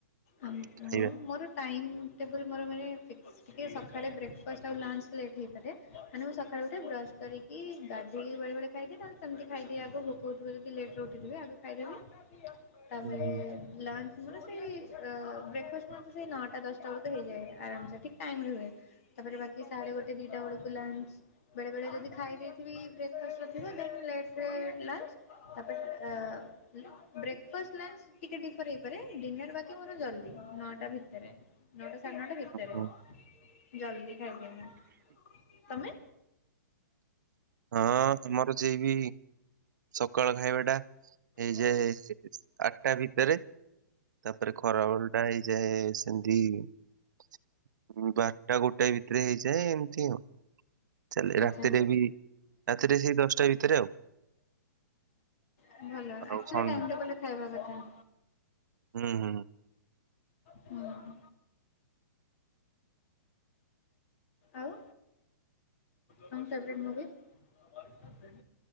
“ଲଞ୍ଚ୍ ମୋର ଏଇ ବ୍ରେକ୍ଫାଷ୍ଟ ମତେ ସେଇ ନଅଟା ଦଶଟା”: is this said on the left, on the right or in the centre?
Left